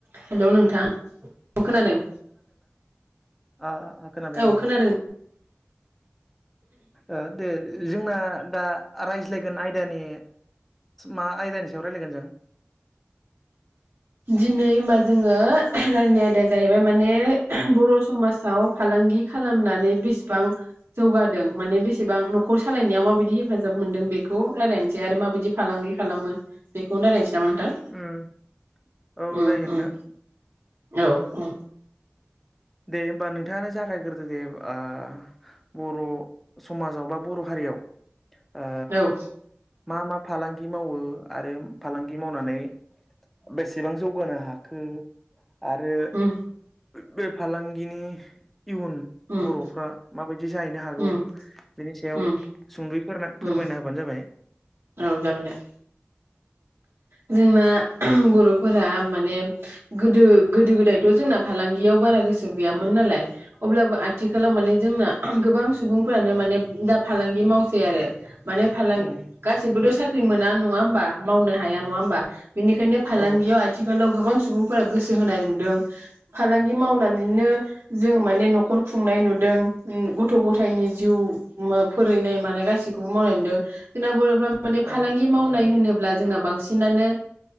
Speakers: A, on the right (about 80°); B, in the centre.
A: Hello नोंथां अ खोनादों।
B: आ आ आ खोनाबाय
A: औ
B: आंबो
A: खोनादों
B: ओ दे जोंना दा रायज्लायगोन आयदानि मा आयदानि सायाव रायज्लायगोन जों?
A: दिनै होनबा जोङो <unintelligible> रायलायनाय आयदाया जाहैबाय माने <unintelligible> बर' समाजाव फालांगि खालामनानै बेसेबां जौगादों माने बेसेबां न'खर सालायनायाव माबायदि हेफाजाब मोनदों बेखौ रायजलायनोसै आरो माबायदि फालांगि खालामो बेखौनो रायलायनोस नामा नोंथां?
B: उम औ
A: उम
B: जायो
A: उम
B: नोंथां।
A: औ ओ।
B: दे होमबा नोंथाङानो जागायग्रोदो दे आ बर' समाजाव बा बर' हारियाव ओ
A: औ।
B: मा मा फालांगि मावो आरो फालांगि मावनानै बेसेबां जौगानो हाखो? आरो
A: उम
B: <unintelligible> फालांगिनि इयुन
A: उम उम
B: बर'फ्रा माबायद दि जाहैनो हागौ
A: उम
B: बिनि सायाव
A: उम
B: सुंद'यै फोर फोरनो
A: उम
B: फोरमायना होबानो जाबाय।
A: औ जागोन दे। जोंना <unintelligible> बर'फोरा माने गोदो गोदो गोदायथ' जोंना फालांगियाव बारा गोसो गैयामोन नालाय। अब्लाबो आथिखालाव माने जोंना <unintelligible> गोबां सुबुंफोरानो माने दा फालांगि मावसै आरो। माने फालांग
B: उम
A: गासिबोथ' साख फि मोना नङा होमबा? मावनो हाया नङा होमबा? बेनिखायनो फालांगियाव
B: औ
A: आथिखालाव गोबां सुबुं फ्रा गोसो होनाय नुदों फालांगि मावनानैनो जों माने न'खर खुंनाय नुदों गथ' गथायनि जिउ फोरायनाय मानाय गासिखौबो मावनाय मोनदों जोंना बर'फ्रा माने
B: औ
A: फालांगि मावनाय होनो ब्ला जोंना बांसिनानो